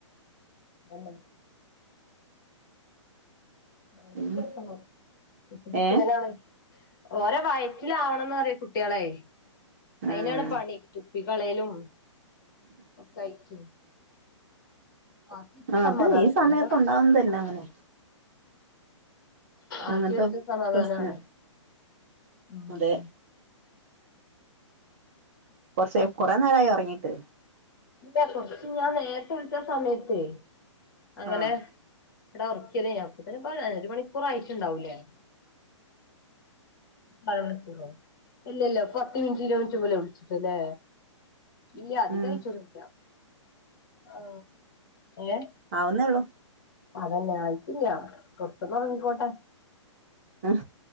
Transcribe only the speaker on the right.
പിന്നെ
ഏഹ്
ഉം
അത് ഈ
സമയത്ത് ഉണ്ടാവുന്നതല്ല അങ്ങനെ അങ്ങനത്തെ
പ്രശ്ന
അതെ. കുറച്ചേ കുറേ കുറേ നേരമായി ഉറങ്ങീട്ട്.
ആഹ്
ഉം
ആവുന്നെ ഒള്ളു.
ഉം